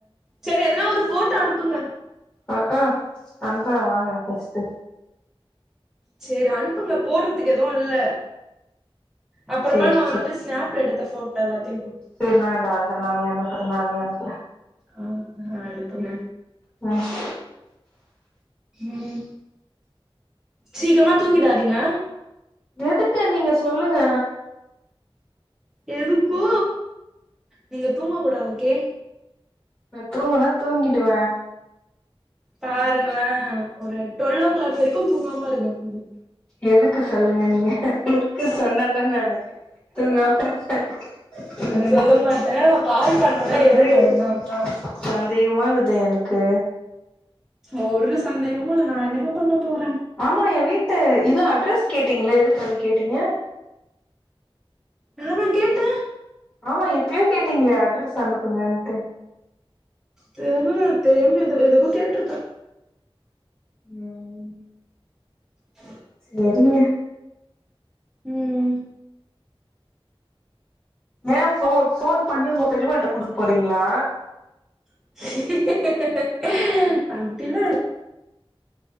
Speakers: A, in the centre; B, on the left.
A: சேரி எதனா ஒரு ஃபோட்டோ அனுப்புங்க
B: அ அ அனுப்பற வாங்க ஃபஸ்ட்டு
A: சேரி அனுப்புங்க போட்றதுக்கு எதுவு இல்ல அப்புறமா
B: சேரி
A: நா வந்துட்டு ஸ்நாப்ல எடுத்த ஃபோட்டோ எல்லாத்யு
B: சேர் வேண்டா வேண்டா நானே அனுப்புற நானே அனுப்புற
A: ஆ அனுப்புங்க
B: ம்
A: ம் சீக்ரமா தூங்கிடாதீங்க
B: எதுக்கு நீங்க சொல்லுங்க
A: எதுக்கோ நீங்க தூங்க கூடாது ஓகே
B: நா தூங்குனா தூங்கிடுவ
A: பாருங்ள ஒரு டொல்லோ கிளாக் வரைக்கு தூங்காம இருங்க போது
B: எதுக்கு சொல்லுங்க நீங்க க்கு சொன்னதா நானு தூங்காம இர்ப்ப ம்
A: சொல்ல மாட்டே நா
B: கால்
A: பண்ணுவே
B: பண்ணுவ எடுங்க
A: ஒழுங்கா
B: ஓகேவா சந்தேகமாகுது எனக்கு
A: ஒரு சந்தேகமு இல்ல நா என்னங்க பண்ண போற
B: ஆமா என் வீட்டு இது அட்ரஸ் கேட்டீங்கல எதுக்கு அது கேட்டீங்க
A: நானா கேட்ட
B: ஆமா எப்யோ கேட்டீங்ளே அட்ரஸ் அனுப்புங்கன்ட்டு
A: தெர்ல தெரியாம இது எதுக்கோ கேட்ருப்ப
B: ம்
A: ஹ <inaudible>
B: சரிங்க
A: ம்
B: ஏன் ஃபோ ஃபோன் பண்ணி உங்க பெரிமாட்ட குடுக் போறீங்ளா
A: <unintelligible> ச <unintelligible> அப்டிலா இல்